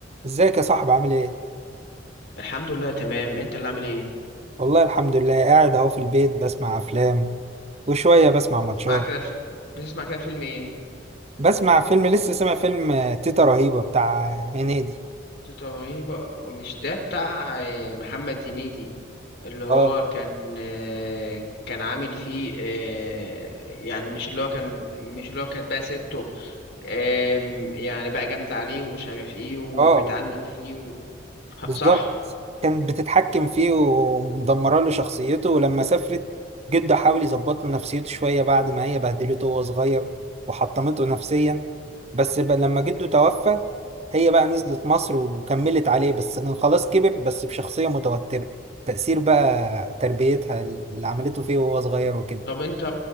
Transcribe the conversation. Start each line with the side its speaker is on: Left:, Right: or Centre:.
Right: ازيك يا صاحبي عامل ايه؟
Left: الحمد لله تمام انت اللي عامل ايه
Right: والله الحمد لله قاعد اهو في البيت بسمع افلام وشوية بسمع
Left: بتسمع
Right: ماتشات
Left: كده في... بتسمع كده فيلم ايه
Right: بسمع فيلم لسه سامع فيلم آه، تيتا رهيبة بتاع هنيدي
Left: تيتا رهيبة مش ده بتاع آه، محمد هنيدي اللي هو
Right: اه
Left: كان آه، كان عامل فيه آه، يعني مش اللي هو كان مش اللي هو كانت بقى سته آم، يعني بقى جامد عليه ومش عارف ايه وبتعنف
Right: اه
Left: فيه و...
Right: بالظبط
Left: صح
Right: كانت بتتحكم فيه ومدمره له شخصيته ولما سافرت جده حاول يظبط له نفسيته شويه بعد ما هي بهدلته وهو صغير وحطمته نفسيا بس بقى لما جده توفى هي بقى نزلت مصر وكملت عليه بس كان خلاص كبر بس بشخصيه متوتره تأثير بقى تربيتها اللي عملته فيه وهو صغير وكده
Left: طب انت